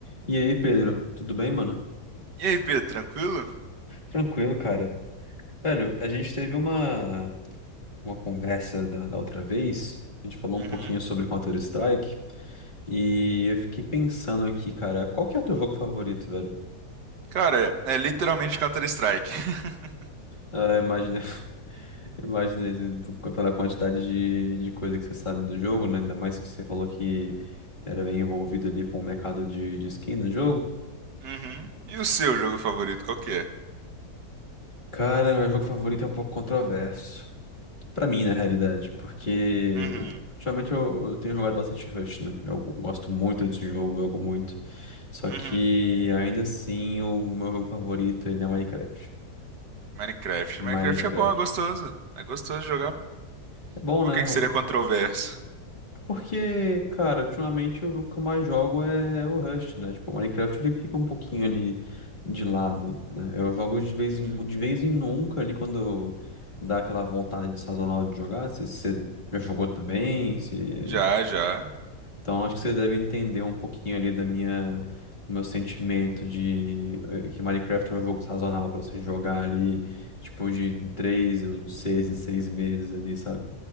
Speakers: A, on the left; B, on the right.
A: E aí, Pedro, tudo bem, mano?
B: E aí, Pedro, tranquilo?
A: Tranquilo, cara. Velho, a gente teve uma, uma conversa da, da outra vez, a gente falou
B: Uhum.
A: um pouquinho sobre Counter-Strike, e eu fiquei pensando aqui, cara, qual que é o teu jogo favorito, velho?
B: Cara, é, é literalmente Counter-Strike. <laughs>
A: Ah, imaginei, <laughs> imaginei pela quantidade de, de coisa que você sabe do jogo, né? Ainda mais que você falou que era bem envolvido ali com o mercado de, de skin no jogo.
B: Uhum. E o seu jogo favorito, qual que é?
A: Cara, meu jogo favorito é um pouco controverso. Pra mim, na realidade, porque
B: Uhum.
A: ultimamente eu, eu tenho jogado bastante Rush, né? Eu gosto muito desse jogo, eu jogo muito. Só
B: Uhum.
A: que ainda assim, o meu jogo favorito ele é Minecraft.
B: Minecraft.
A: Minecraft.
B: Minecraft é bom, é gostoso. É gostoso jogar, pô.
A: É bom,
B: Por
A: né?
B: que que
A: O-
B: seria controverso?
A: Porque, cara, ultimamente o jogo que eu mais jogo é o Rust né? Tipo, o Minecraft ele fica um pouquinho ali de lado, né? Eu jogo de vez
B: Uhum.
A: em, de vez em nunca ali quando dá aquela vontade sazonal de jogar. Se você já jogou também, se.
B: Já, já.
A: Então, acho que você deve entender um pouquinho ali da minha, do meu sentimento de eh, que Minecraft é um jogo sazonal pra você jogar ali, tipo, de três ou de seis em seis meses ali, sabe?